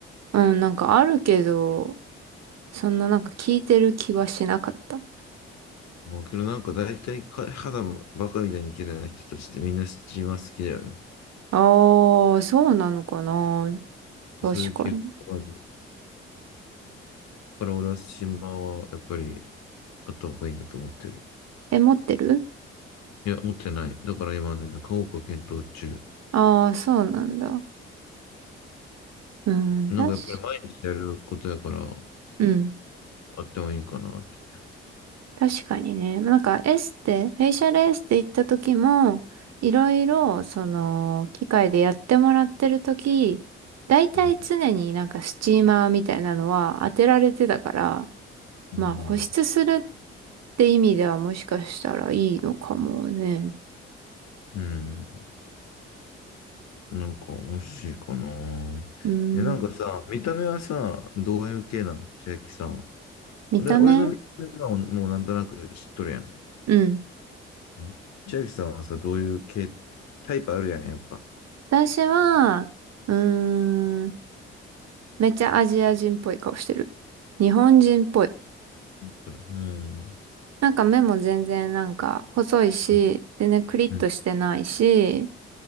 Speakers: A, on the right (about 55°); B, on the left (about 60°).
A: うん、なんかあるけど、そんななんか聞いてる気はしなかった。
B: もうけどなんか大体か肌バカみたいに綺麗な人たちってみんなスチーマー好きだよね。
A: ああ、そうなのかな。確かに。
B: そういう傾向がある。だから俺はスチーマーはやっぱりあった方がいいんだと思ってる。
A: え、持ってる
B: いや、持ってない。だから今ね、買おうか検討中。
A: ああー、そうなんだ。うん、
B: なんかやっぱり毎日やることやから
A: 確か、うん。
B: あってもいいかなって。
A: 確かにね。なんかエステ、フェイシャルエステ行った時も、いろいろ、その、機械でやってもらってる時、だいたい常になんかスチーマーみたいなのは当てられてたから、
B: うん。うん。
A: まあ保湿するって意味ではもしかしたらいいのかもね。
B: うん。うんなんか欲しいかな。
A: うん。
B: え、なんかさ、見た目はさ、どういう系なの千秋さんは。
A: 見た目
B: 俺、俺の見た目はもうなんとなく知っとるやん。
A: うん。
B: うん。千秋さんはさ、どういう系、タイプあるやん、やっぱ。
A: 私は、うーん、めっちゃアジア人っぽい顔してる。日本人っぽい
B: うん。
A: なんか目も全然なんか細いし、
B: うん。
A: 全然クリッとしてないし、
B: うん。